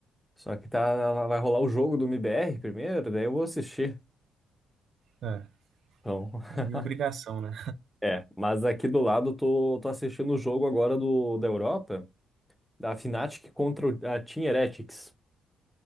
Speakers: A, in the centre; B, on the right.
A: Só que tá, vai rolar o jogo do MBR primeiro, daí eu vou assistir.
B: É,
A: Então, <laughs>
B: aí é obrigação, né?
A: é, mas aqui do lado eu tô, tô assistindo o jogo agora do, da Europa, da Fnatic contra o- a Team Heretics.